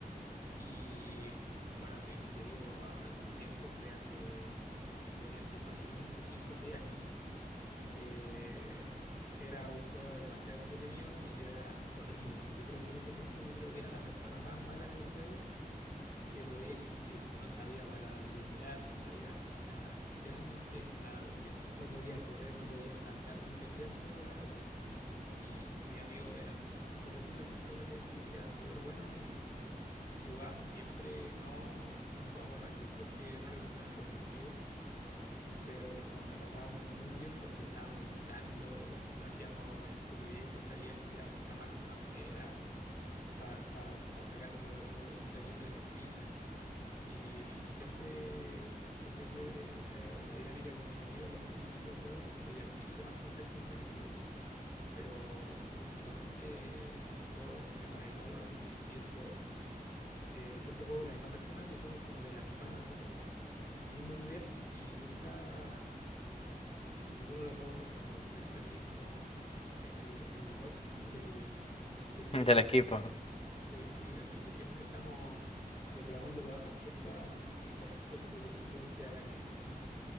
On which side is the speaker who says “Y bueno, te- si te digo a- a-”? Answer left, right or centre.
Left